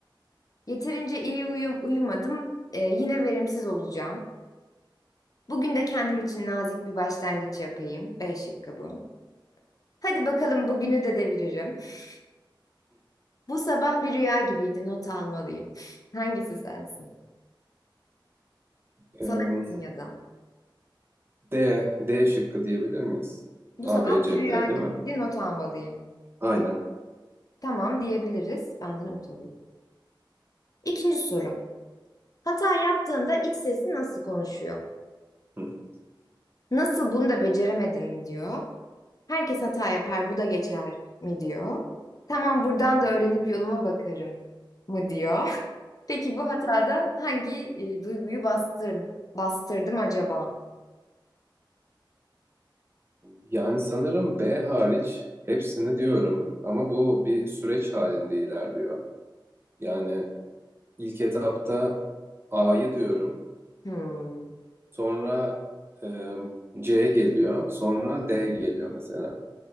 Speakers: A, on the left; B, on the right.
A: Yeterince iyi uyum uyumadım. e, yine verimsiz olacağım. Bugün de kendim için nazik bir başlangıç yapayım. B şıkkı bu. Hadi bakalım bugünü de deviririm. <laughs> Bu sabah bir rüya gibiydi. Not almalıyım. <laughs> Hangisi sensin? Sana
B: Ee,
A: yakın ya da.
B: D, D şıkkı diyebilir miyiz?
A: Bu
B: A,
A: sabah
B: B, C,
A: bir rüya
B: D
A: gibiydi,
B: değil mi?
A: not almalıyım.
B: Aynen.
A: Tamam diyebiliriz. Ben de not alayım. İkinci soru. Hata yaptığında iç sesi nasıl konuşuyor?
B: Hı.
A: Nasıl bunu da beceremedin mi diyor. Herkes hata yapar, bu da geçer mi diyor. Tamam buradan da öğrenip yoluma bakarım mı diyor. <laughs> Peki bu hatada hangi e, duyguyu bastır, bastırdım acaba?
B: Yani sanırım B hariç hepsini diyorum ama bu bir süreç halinde ilerliyor. Yani ilk etapta A'yı diyorum,
A: Hmm,
B: sonra e, C geliyor, sonra D geliyor mesela.